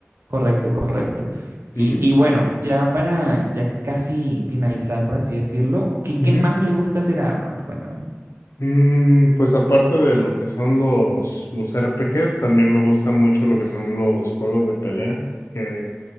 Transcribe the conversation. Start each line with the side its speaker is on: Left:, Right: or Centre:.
Right: correcto, correcto. Y,
Left: ujú,
Right: y bueno, ya para ya casi finalizar, por así decirlo, ¿qué,
Left: ujú.
Right: qué más le gusta hacer a Arnold? Cuéntame.
Left: Mm, pues aparte de lo que son los, los RPGs, también me gusta mucho lo que son los juegos de pelea, que,